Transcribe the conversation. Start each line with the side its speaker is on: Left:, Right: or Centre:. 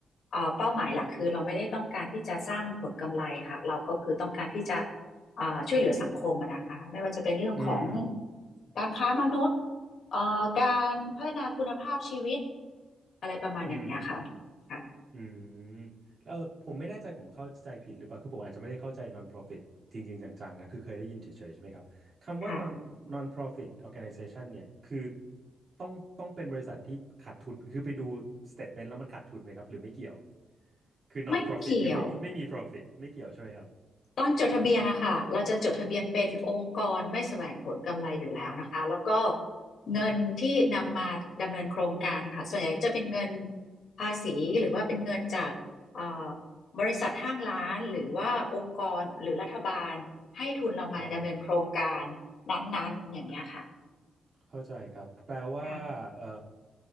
Left: เอ่อเป้าหมายหลักคือเราไม่ได้ต้องการที่จะสร้างผลกำไรค่ะเราก็คือต้องการที่จะเอ่อช่วยเหลือสังคมอะนะคะไม่ว่าจะเป็นเรื่องของ
Right: อืม
Left: การค้ามนุษย์ เอ่อการพัฒนาคุณภาพชีวิตอะไรประมาณอย่างเนี้ยค่ะ
Right: อืม
Left: ค่ะ
Right: อืมแล้วเออผมไม่แน่ใจผมเข้าใจผิดหรือเปล่าคือผมอาจจะไม่ได้เข้าใจ non-profit จริงๆจังๆนะคือเคยได้ยินเฉยๆใช่ไหมครับคำว่า
Left: ค่ะ
Right: non non-profit organization เนี่ยคือต้องต้องเป็นบริษัทที่ขาดทุนคือไปดู statement แล้วมันขาดทุนไหมครับหรือไม่เกี่ยวคือ non-profit
Left: ไม่เกี่ยว
Right: คือไม่มีไม่มี profit ไม่เกี่ยวใช่ไหมครับ
Left: ตอนจดทะเบียนนะคะเราจะจดทะเบียนเป็นองค์กรไม่แสวงผลกำไรอยู่แล้วนะคะแล้วก็เงินที่นำมาดำเนินโครงการค่ะส่วนใหญ่จะเป็นเงินภาษีหรือว่าเป็นเงินจากเอ่อบริษัทห้างร้านหรือว่าองค์กรหรือรัฐบาลให้ทุนเรามาดำเนินโครงการนั้นๆอย่างเงี้ยค่ะ
Right: อ๋อ เข้าใจครับแปลว่าเอ่อ
Left: ค่ะ